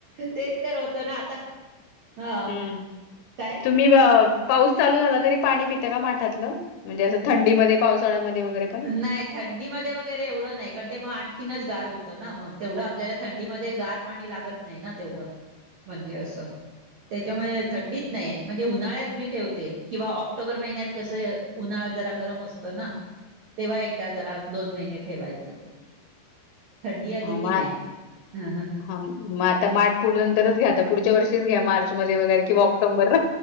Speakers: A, on the right (about 80°); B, on the left (about 80°).
A: तेच तर होतं ना आता. ह
B: हम्म
A: काय
B: तुम्ही ब पाऊस चालू झाला तरी पाणी पितं का माठातलं. म्हणजे असं थंडीमध्ये पावसाळ्यामध्ये. वगैरे पण?
A: नाही थंडीमध्ये वै वैरेवढ नाही. कारण ते आणखीनच गार होत ना मग. तेवढं आपल्याला थंडीमध्ये गार पाणी लागत नाही ना. म्हणजे असं. त्याच्यामुळे थंडीत नाही म्हणजे उन्हाळ्यात मी ठेवते किंवा ऑक्टोबर महिन्यात कस उन्हा जरा गरम असतं ना तेव्हा एकदा जरा दोन महिने ठेवायचं. थंडी आली
B: हा
A: की नाही ह ह
B: हा मग आता माठ नंतरच घ्या आता पुढच्या वर्षी. घ्या मार्च मध्ये वगैरे किंवा ऑक्टोंबर